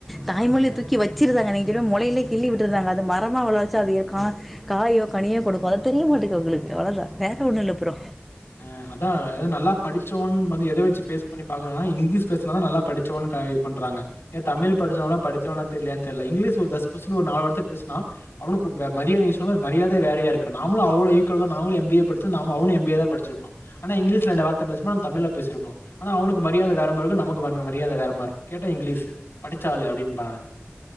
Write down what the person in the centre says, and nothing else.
தாய்மொழிய
தூக்கி வச்சிருறாங்க நீ கிடு மொளைலே கிள்ளி விட்டுந்தாங்க அது மரமா வளர வச்சா அது ஏ கா காயோ கனியோ குடுக்கு அது தெரிய மாட்டேங்கு அவுகளுக்கு அவ்ளோதா வேற ஒண்ணு இல்ல ப்ரோ